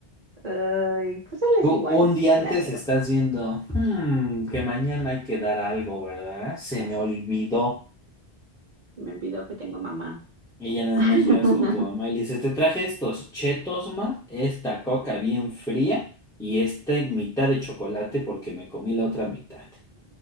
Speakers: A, on the right; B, in the centre.
A: Ay, pues él es
B: Tú
A: igual,
B: un día
A: la
B: antes
A: verdad.
B: estás viendo, "Hmm, que mañana hay que dar algo, ¿verdad? Se me olvidó.
A: Me olvidó que tengo mamá.
B: Y ya nada
A: <laughs>
B: más llegas con tu mamá y le dices, te traje estos chetos, ma, esta coca bien fría y esta mitad de chocolate porque me comí la otra mitad.